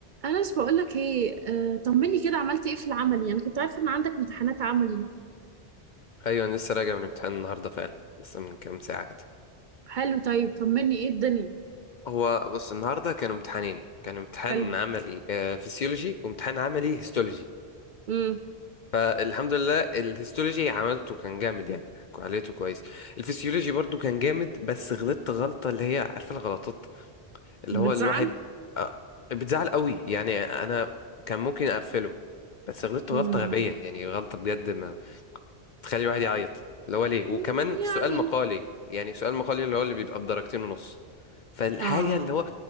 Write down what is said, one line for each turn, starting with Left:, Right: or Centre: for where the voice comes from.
Right: أنس بقول لك إيه آه، طمني كده عملت إيه في العملي أنا كنت عارفة إن عندك امتحانات عملي
Left: ايوه انا لسه راجع من امتحان النهارده فعلا لسه من كام ساعه كده
Right: حلو طيب طمني إيه الدنيا
Left: هو بص النهارده كانوا امتحانين كان امتحان
Right: حلو
Left: عملي آه، فسيولوجي وامتحان عملي هيستولوجي
Right: امم
Left: آه، الحمد لله الهيستولوجي عملته كان جامد يعني عملته كويس الفسيولوجي برضو كان جامد بس غلطت غلطه اللي هي عارفه الغلطات اللي
Right: اللي
Left: هو
Right: بتزعل
Left: الواحد آه، بتزعل قوي يعني انا كان ممكن اقفله بس غلطت
Right: امم
Left: غلطه غبيه يعني غلطه بجد تخلي الواحد يعيط اللي هو ليه وكمان
Right: أمم، يعني
Left: في سؤال مقالي يعني سؤال مقالي اللي هو اللي بيبقى بدرجتين ونص فالحاجة
Right: آه
Left: اللي هو